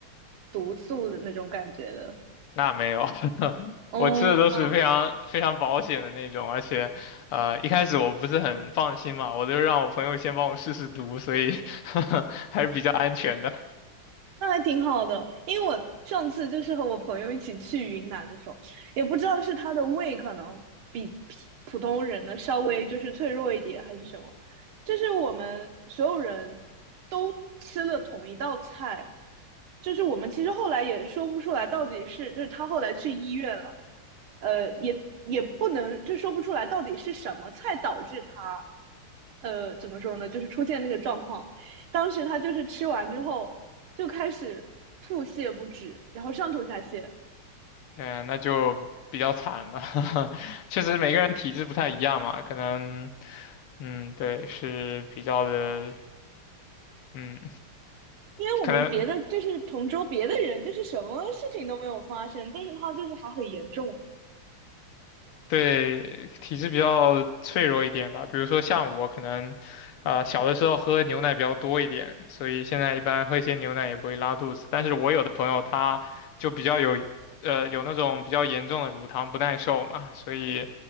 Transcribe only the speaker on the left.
那没有，<laughs>
我吃的都是非常非常保险的那种，而且，呃，一开始我不是很放心嘛，我就让我朋友先帮我试试毒，所以 <laughs> 还是比较安全的。
嗯，那就比较惨了，<laughs> 确实每个人体质不太一样嘛，可能，嗯，对，是比较的，嗯，
可能。
对，体质比较脆弱一点吧。比如说像我可能，啊、小的时候喝牛奶比较多一点，所以现在一般喝一些牛奶也不会拉肚子。但是我有的朋友他就比较有，呃，有那种比较严重的乳糖不耐受嘛，所以